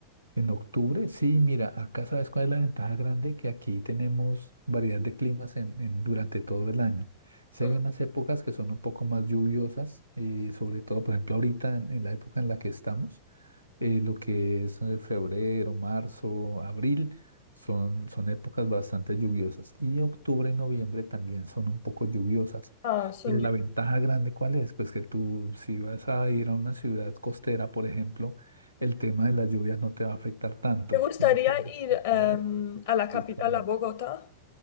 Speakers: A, on the right; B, on the left.
A: En octubre, sí, mira, acá sabes cuál es la ventaja grande, que aquí tenemos variedad de climas en, en- durante todo el año. Sí
B: Ujú.
A: hay unas épocas que son un poco más lluviosas, eh, sobre todo, por ejemplo, ahorita en, en la época en la que estamos eh, lo que es eh, febrero, marzo, abril, son, son épocas bastante lluviosas. Y octubre y noviembre también son un poco lluviosas.
B: Ah, son
A: Pero
B: llu-
A: la ventaja grande, ¿cuál es? Pues que tú, si vas a ir a una ciudad costera, por ejemplo, el tema de las lluvias no te va a afectar tanto
B: ¿Te gustaría
A: en las ciudades
B: ir
A: costeras.
B: em, a la capital,
A: está
B: a Bogotá?